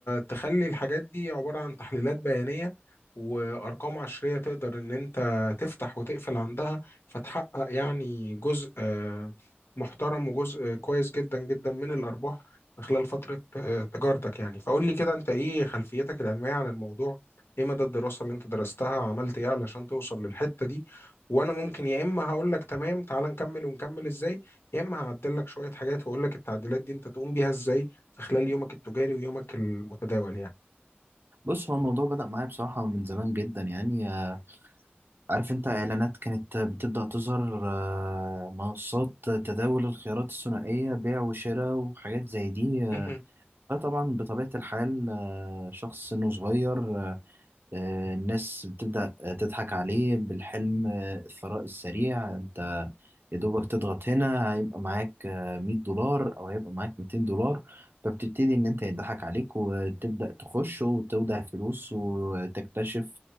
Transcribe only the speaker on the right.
بص هو الموضوع بدأ معايا بصراحة من زمان جدا يعني آه، عارف أنت إعلانات كانت بتبدأ تظهر آه، منصات تداول الخيارات الثنائية بيع وشراء وحاجات زي دي آه،
فطبعا بطبيعة الحال آه، شخص سنه صغير آه، آه، الناس بتبدأ آه، تضحك عليه بالحلم آه، الثراء السريع أنت يا دوبك تضغط هنا هيبقى معاك آه، 100 دولار او هيبقى معاك 200 دولار فبتبتدي ان انت يضحك عليك وتبدأ تخش وتودع فلوس وتكتشف